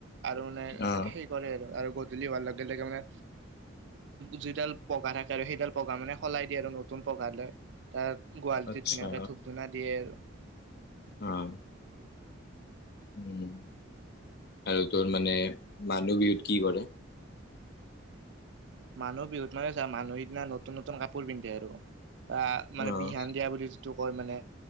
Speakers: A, on the right (about 60°); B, on the left (about 50°).
A: আৰু মানে
B: অ',
A: সেই কৰে আৰু গধূলি হোৱাৰ লগে লগে মানে যি দাল পঘা থাকে পঘা মানে সলাই দিয়ে আৰু নতুন পঘা লৈ তাৰ গোৱালিটত
B: আচ্ছা
A: ধুনীয়াকে ধূপ ধুনা দিয়ে <inaudible>
B: অ' উ আৰু তোৰ মানে মানুহ বিহুত কি কৰে
A: মানুহ বিহুত মানে চা মানুহ সিদিনা নতুন নতুন কাপোৰ পিন্ধে আৰু বা মানে
B: অ',
A: বিহান দিয়া বুলি যিটো কয় মানে